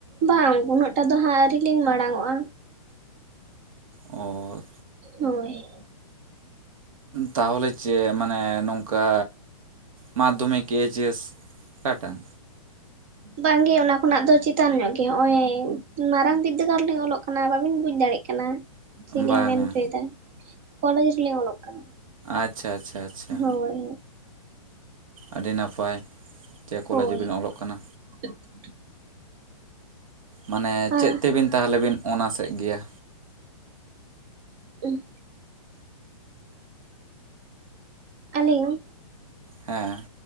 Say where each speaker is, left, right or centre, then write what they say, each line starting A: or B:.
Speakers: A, on the right; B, on the right.
A: ᱵᱟᱝ ᱩᱱᱟᱹᱜ ᱴᱟ ᱫᱚ ᱦᱟᱸᱜ ᱟᱹᱣᱨᱤ ᱞᱤᱧ ᱢᱟᱲᱟᱝ ᱚᱜᱼᱟ᱿
B: ᱚ
A: ᱦᱳᱭ
B: ᱛᱟᱦᱚᱞᱮ ᱪᱮᱫ ᱢᱟᱱᱮ ᱱᱚᱝᱠᱟ ᱢᱟᱫᱽᱫᱷᱚᱢᱤᱠ ᱮᱭᱤᱪ ᱮᱥ ᱚᱠᱟᱴᱟᱜ᱾
A: ᱵᱟᱝᱜᱮ ᱚᱱᱟ ᱠᱷᱚᱱᱟᱜ ᱫᱚ ᱪᱮᱛᱟᱱ ᱧᱚᱜ ᱜᱮ ᱦᱚᱜ ᱚᱭ ᱢᱟᱨᱟᱝ ᱵᱤᱫᱽᱫᱟᱹᱜᱟᱲ ᱞᱤᱧ ᱚᱞᱚᱜ ᱠᱟᱱᱟ ᱵᱟᱵᱤᱱ ᱵᱩᱡ ᱫᱟᱲᱮᱭᱟᱜ ᱠᱟᱱᱟ ᱠᱟᱱᱟ ᱪᱮᱫ ᱞᱤᱧ
B: ᱵᱟᱝᱟ
A: ᱢᱮᱱ ᱦᱚᱪᱚᱭᱮᱫᱟ ᱠᱚᱞᱮᱡᱽ ᱨᱮᱞᱤᱧ ᱚᱞᱚᱜ ᱠᱟᱱᱟ᱾
B: ᱟᱪᱪᱷᱟ ᱟᱪᱪᱷᱟ ᱪᱷᱟ
A: ᱦᱳᱭ
B: ᱟᱹᱰᱤ ᱱᱟᱯᱟᱭ ᱪᱮᱫ ᱠᱚᱞᱮᱡᱽ
A: ᱦᱳᱭ
B: ᱨᱮᱵᱤᱱ ᱚᱞᱚᱜ ᱠᱟᱱᱟ?
A: <unintelligible>
B: ᱢᱟᱱᱮ
A: ᱦᱳᱭ
B: ᱪᱮᱫ ᱛᱮᱵᱤᱱ ᱛᱟᱦᱚᱞᱮ ᱵᱤᱱ ᱚᱱᱟᱥᱮᱫ ᱜᱮᱭᱟ?
A: ᱩ <unintelligible> ᱟ. ᱞᱤᱧ
B: ᱦᱮᱸ᱾